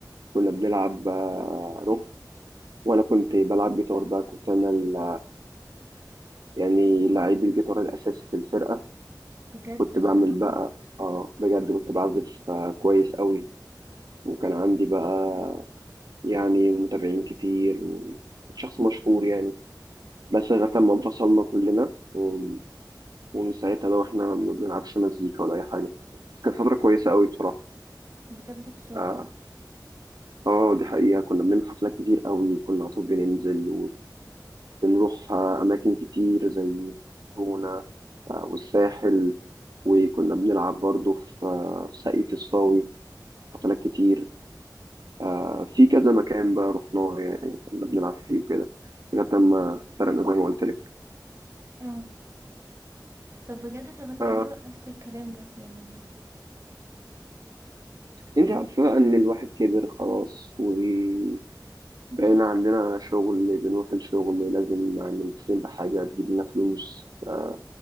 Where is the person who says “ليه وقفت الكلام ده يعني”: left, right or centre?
Right